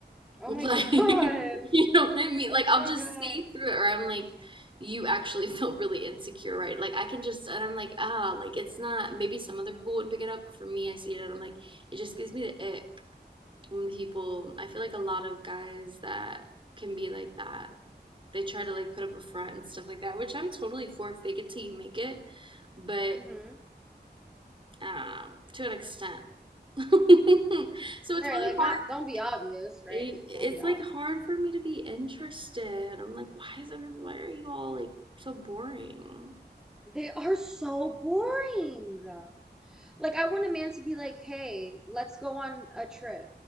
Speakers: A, in the centre; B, on the right.
A: Oh
B: Like,
A: my <laughs> God.
B: <laughs> you know what I mean?
A: Oh
B: Like I'll
A: my
B: just
A: God.
B: see through it or I'm like you actually <laughs> feel really insecure, right? Like I can just and I'm like, "Ah, like it's not maybe some other people wouldn't pick it up, but for me I see it and I'm like it just gives me the ick." when people I feel like a lot of guys that can be like that. They try to like put up a front and stuff like that, which I'm totally for fake it till you make it, but
A: Mm-hmm.
B: um to an extent. <laughs> So
A: Right,
B: it's really
A: like
B: hard
A: not, don't be obvious, right?
B: it, it's
A: Don't be obvious.
B: like hard for me to be interested. I'm like, why is every why are you all like so boring?
A: They are so boring. Like I want a man to be like, "Hey, let's go on a trip."